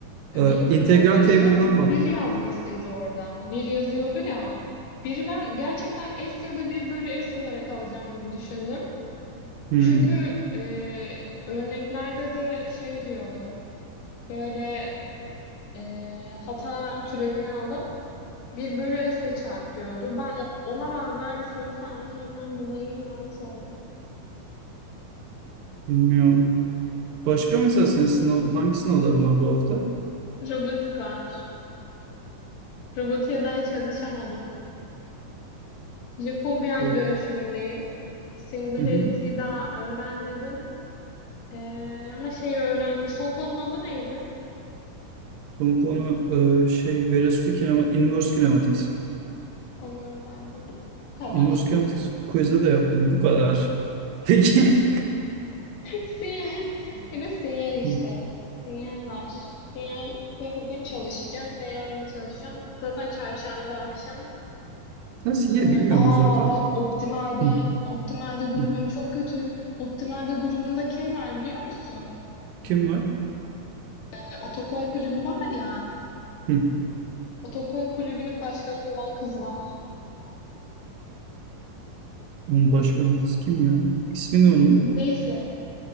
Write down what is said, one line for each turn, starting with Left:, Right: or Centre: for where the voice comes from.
Left: benim
Right: Ee, integral
Left: kafamı karıştıran
Right: table'dan baktım.
Left: bir yazmasıydı orada. Bir yazıyordu ya. Biri ben gerçekten S ya da bir bölü S olarak alacağım gibi düşündüm.
Right: Hmm,
Left: Çünkü e, örneklerde de şey diyordu. Böyle e, hata türevini alıp bir bölü s'le çarp diyordu. Ben o- ona benzer bir soru sandım. Ondan dolayı yanlış oldu.
Right: bilmiyorum. Başka mesela senin sınav, hangi sınavların var bu hafta?
Left: Robotik var. Robotiğe daha çalışamadım. Jacobian
Right: Bu.
Left: dönüşümündeyim. Singularity'yi
Right: Hı hı.
Left: daha öğrenmedim. E, ama şeyi öğrendim. Son konunun adı neydi?
Right: Son konu e, şey Veresu kinema, Inverse Kinematics.
Left: Onu öğrendim. Bu kadar.
Right: Inverse Kinematics quiz'de de yaptım. Bu kadar. <laughs> Peki.
Left: Sinyal. Ya sinyal işte.
Right: Hı.
Left: Sinyal var. Sinyalde bugün çalışacağım. Bir de yarın çalışacağım. Zaten çarşamba akşam.
Right: Nasıl ya
Left: E,
Right: bilmiyorum
Left: Aa
Right: zaten.
Left: bak Optimal'de.
Right: Hı,
Left: Optimal'de grubum
Right: hı.
Left: çok kötü. Optimal'de grubunda kim var biliyor musun?
Right: Kim var?
Left: E, Otokon kulübü var ya.
Right: Hı.
Left: Otokon kulübünün başkanı olan kız var.
Right: Bunun başkanı kız kim ya? İsmi ne onun?
Left: Neyse.